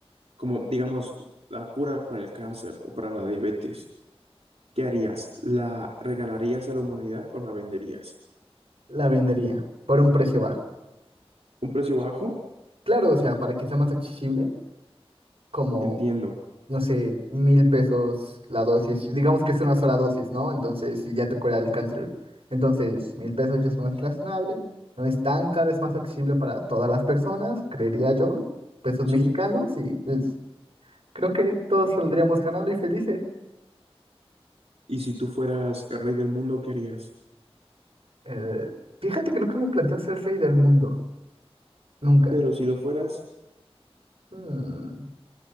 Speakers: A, on the right; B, on the right.
A: como digamos la cura para el cáncer o para la diabetes, ¿qué harías? ¿La regalarías a la humanidad o la venderías?
B: la vendería por un precio bajo.
A: ¿Un precio bajo?
B: Claro, o sea, para que sea más accesible, como,
A: Entiendo,
B: no sé, mil pesos la dosis. Digamos que es una sola dosis, ¿no? Entonces, si ya te cura el cáncer. Entonces, mil pesos ya es más razonable. No es tan caro, es más accesible para todas las personas, creería yo. Pesos
A: ¿sí?
B: mexicanos y pues creo que todos saldríamos ganando y felices.
A: Y si tú fueras el rey del mundo, ¿qué harías?
B: Eh, fíjate que nunca me planteo ser rey del mundo. Nunca.
A: Pero si lo fueras,
B: Mm,